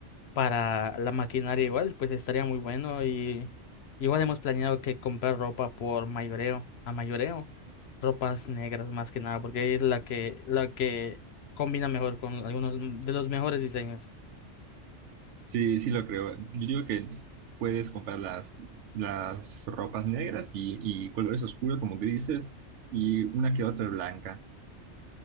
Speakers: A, on the left (about 65°); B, on the right (about 80°).
A: para la maquinaria igual pues estaría muy bueno y igual hemos planeado que comprar ropa por mayoreo, a mayoreo, ropas negras más que nada porque es la que la que combina mejor con algunos de los mejores diseños.
B: Sí, sí, lo creo. Yo digo que puedes comprar las, las ropas negras y, y colores oscuros como grises y una que otra blanca.